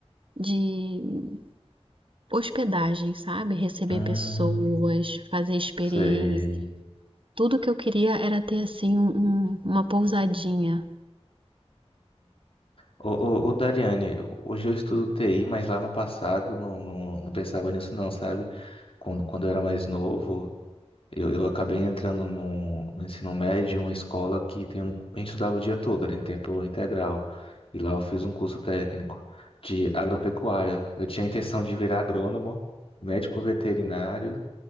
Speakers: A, on the right; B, on the left.
A: de hospedagem, sabe? Receber
B: Hum,
A: pessoas, fazer experiência.
B: sei.
A: Tudo que eu queria era ter assim um- um, uma pousadinha.
B: Ô, ô, ô, Dariane, hoje eu estudo TI, mas lá no passado não, não, não pensava nisso não, sabe? Quando, quando eu era mais novo, eu, eu acabei entrando no, no ensino médio, uma escola que tem um, a gente estudava o dia todo, era em tempo integral. E lá eu fiz um curso técnico de agropecuária. Eu tinha a intenção de virar agrônomo, médico veterinário,